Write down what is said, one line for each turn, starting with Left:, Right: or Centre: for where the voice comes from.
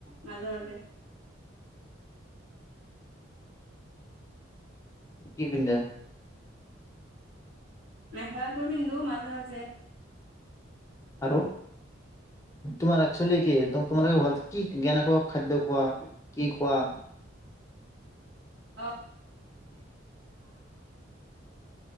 Right: মাজে - মাজে।
Left: কি পিন্ধা?
Right: মেখেলা -চাদৰ পিন্ধো মাজে- মাজে।
Left: আৰু তোমাৰ একচুলি কি তোমালোকে ঘৰত কেনেকুৱা খাদ্য খোৱা, কি খোৱা <inaudible>
Right: অ'